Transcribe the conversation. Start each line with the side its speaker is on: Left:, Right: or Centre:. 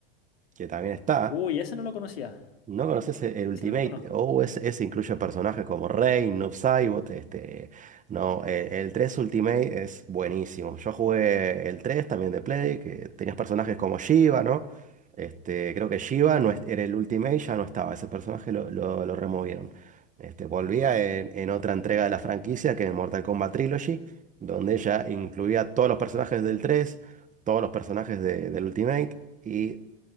Right: que también está.
Left: Uy, ese no lo conocía,
Right: ¿No conoces e-
Left: e-
Right: el Ultimate?
Left: ese no lo conozco.
Right: O ese ese incluye personajes como Rey, Noob Saibot, este... No, e- el, 3 Ultimate es buenísimo. Yo jugué el 3 también de Play, que tenías personajes como Shiva, ¿no? Este, creo que Shiva no es- era el Ultimate, ya no estaba. Ese personaje lo, lo- lo removieron. Este, volvía en, en otra entrega de la franquicia, que es Mortal Kombat Trilogy, donde ya incluía todos los personajes del 3, todos los personajes de- del Ultimate. y